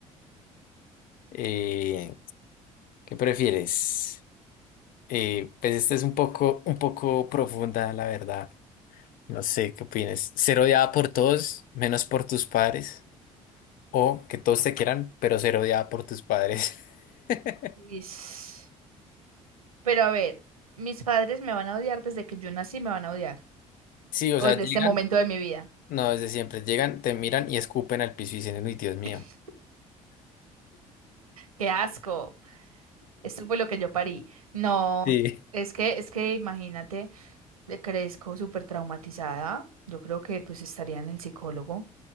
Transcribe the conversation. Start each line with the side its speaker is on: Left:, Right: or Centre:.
Left: eh, ¿qué prefieres? Eh, pues esta es un poco, un poco profunda, la verdad. No sé qué opinas. Ser odiada por todos, menos por tus padres. O que todos te quieran, pero ser odiada por tus padres. <laughs>
Right: Ish. Pero a ver, mis padres me van a odiar desde que yo nací, me van a odiar.
Left: Sí, o
Right: O
Left: sea,
Right: desde
Left: llegan,
Right: este momento de mi vida.
Left: no, desde siempre, llegan, te miran y escupen al piso y dicen, uy, Dios mío.
Right: <laughs> ¡Qué asco! Esto fue lo que yo parí. No,
Left: Sí.
Right: es que, es que imagínate, eh, crezco súper traumatizada. Yo creo que pues estaría en el psicólogo,